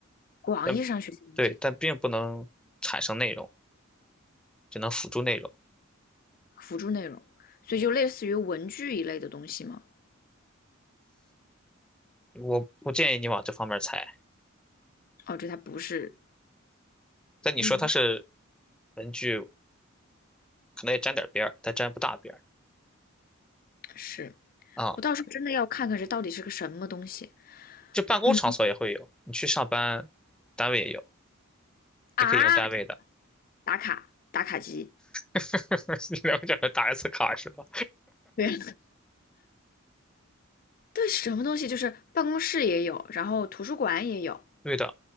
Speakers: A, on the left (about 45°); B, in the centre.
A: 广义上学习工具，
B: 但对，但并不能产生内容，只能辅助内容。
A: 辅助内容，所以就类似于文具一类的东西嘛。
B: 我不建议你往这方面猜。
A: 哦，这它不是，
B: 但你说它是
A: 嗯，
B: 文具，可能也沾点边儿，但沾不大边儿
A: 是
B: 啊。
A: 我到时候真的要看看这到底是个什么东西。
B: 就办公场所也会有，
A: 嗯
B: 你去上班，单位也有，
A: 啊，
B: 你可以用单位的。
A: 打卡打卡机，
B: <laughs> 你了解这打 S 卡是吧？
A: 对 <laughs> 对，什么东西就是办公室也有，然后图书馆也有。
B: 对的，